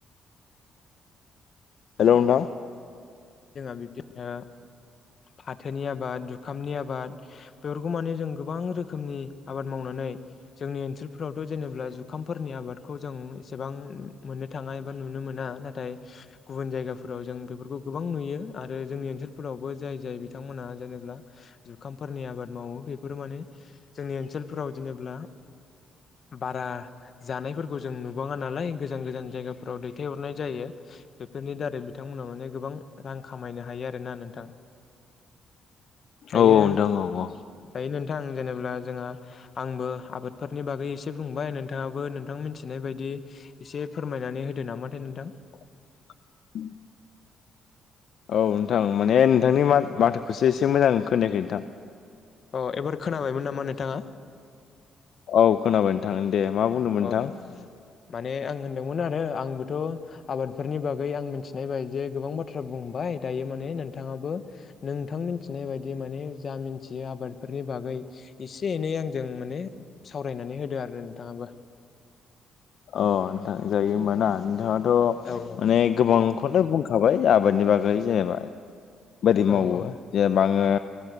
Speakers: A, on the left (about 65°); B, on the left (about 50°).
A: हेल' नोंथां।
B: जोंहा बिबदि ओ। फाथोनि आबाद जुखामनि आबाद बेफोरखौ माने जों गोबां रोखोमनि आबाद मावनानै जोंनि ओनसोलफोरावथ' जेनेब्ला जु खामफोरनि आबादखौ जों एसेबां मोननो थाङा एबा नुनो मोना नाथाय गुबुन जायगाफोराव जों बेफोरखौ गोबां नुयो आरो जोंनि ओनसोलफोरावबो जाय जाय बिथांमोनहा जेनेा जुखामफोरनि आबाद मावो। बेफोर माने जोंनि ओनसोलफोराव जेनेब्ला- बारा जानायफोरखौ जों नुबाङा नालाय गोजान गोजान जायगाफोराव दैथायहरनाय जायो। बेफोरनि दारै बिथांमोनहा माने गोबां रां खामायनो हायो आरोना नोंथां।
A: औ
B: दायो
A: औ नोंथां औ औ
B: दायो नों थां जेनेब्ला जोंहा आंबो आबादफोरनि बागै एसे बुंबाय नोंथाङाबो नोंथां मिथिनाय बायदि एसे फोरमायनानै होदो नामाथाय नोंथां
A: <unintelligible> औ नोंथां माने नोंथांनि मा माथोखौसो
B: औ
A: एसे मोजां खोनायाखै नोंथां
B: अ एबार खोनाबायमोन नामा नोंथाङा?
A: औ खोनाबाय नोंथां दे मा बुंदोंमोन
B: अ
A: नोंथां
B: माने आं होनदोंमोन आरो आंबोथ' आबादफोरनि बागै आं मिथिनाय बायदियै गोबां बाथ्रा बुंबाय दायो माने नोंथाङाबो नोंथां मिथिनाय बायदि माने जा मिथियो आबादफोरनि बागै एसे एनै आंजों माने सावरायनानै होदो आरो नोंथाङाबो
A: अ नोंथां जायो होमबाना नोंथाङा थ'
B: औ औ
A: माने गोबांखौनो बुंखाबाय आबादनि बागै जेनेबा बायदि मावो
B: औ औ
A: जेनेबा आङो